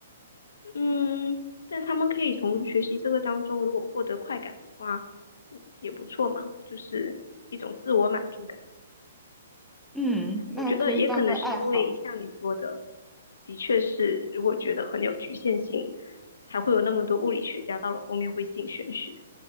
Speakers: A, on the left (about 80°); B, in the centre.
A: 嗯，但他们可以从学习这个当中，如果获得快感的话，嗯也不错嘛，就是一种自我满足感。
B: 嗯，那可以当个爱好。
A: 我觉得也可能是因为像你说的，的确是如果觉得很有局限性，才会有那么多物理学家到了后面会信玄学。